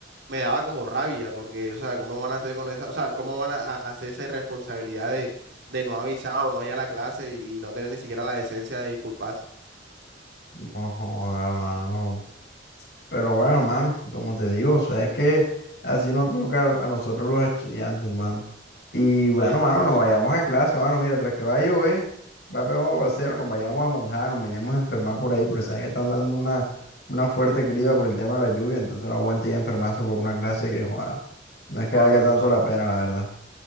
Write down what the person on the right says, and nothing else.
me daba como rabia, porque, o sea, ¿cómo van a hacer con esa, o sea, cómo van a, a- hacer esa irresponsabilidad de, de no avisar o no ir a la clase y, y no tener ni siquiera la decencia de disculparse?
Sí,
mano,
sí.
o
a mano,
sí.